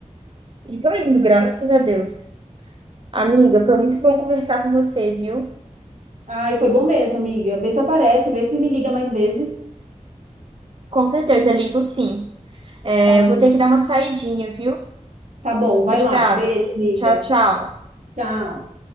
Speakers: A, on the right; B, on the right.
A: e tô indo, graças a Deus. Amiga, foi muito bom conversar com você, viu?
B: Ah, e foi bom mesmo, amiga. Vê se aparece, vê se me liga mais vezes.
A: Com certeza, ligo sim. É,
B: Tá bom.
A: eu vou ter que dar uma saidinha, viu?
B: Tá bom, vai
A: Obrigada.
B: lá. Beijo, amiga.
A: Tchau, tchau.
B: Tchau.